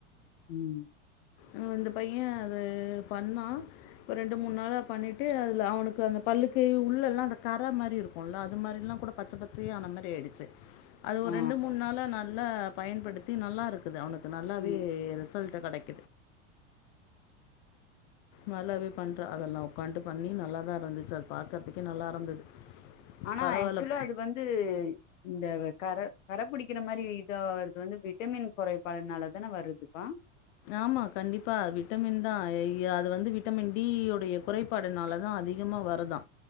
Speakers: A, on the left; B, on the left.
A: உம்
B: ம் இந்த பையன் அது பண்ணா ரெண்டு மூணு நாளா பண்ணிட்டு அதுல அவனுக்கு அந்த பல்லுக்கு உள்ளல்லாம் அந்த கர மாரி இருக்குல அது மாரிலாங்கூட பச்ச பச்சயான மாதிரி ஆயிடுச்சு அது ஒரு
A: ஆ
B: ரெண்டு மூணு நாளா நான் நல்லா பயன்படுத்தி நல்லா இருக்குது அவனுக்கு நல்லாவே
A: ம்
B: ரிசல்ட் இந்த கடைக் நல்லாவே பண்றா அதெல்லாம் உக்காண்டு பண்ணி நல்லாதான் இருந்துச்சு அது பாக்கற்துக்கே நல்லா இருந்தது
A: ஆனா
B: பரவாயில்ல
A: ஆக்சுவலா அது வந்து இந்த கர கர புடிக்கிற மாரி இதா வருது வந்து விட்டமின் கொறைபாடுனாலதான வருதுப்பா
B: ஆமா கண்டிப்பா விட்டமின் தான் அஇய அது வந்து விட்டமின் டியோடைய குறைபாடுனாலதான் அதிகமா வருதா